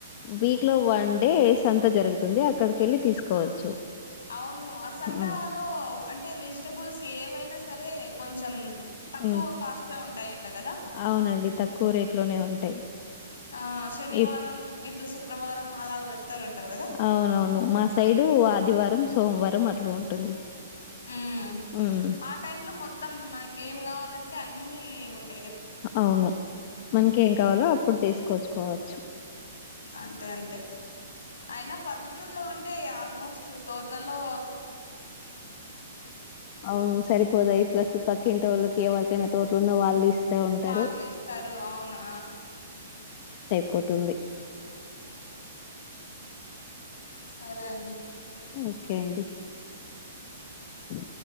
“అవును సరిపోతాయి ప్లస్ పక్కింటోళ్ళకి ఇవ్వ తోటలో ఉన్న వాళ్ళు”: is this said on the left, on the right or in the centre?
Left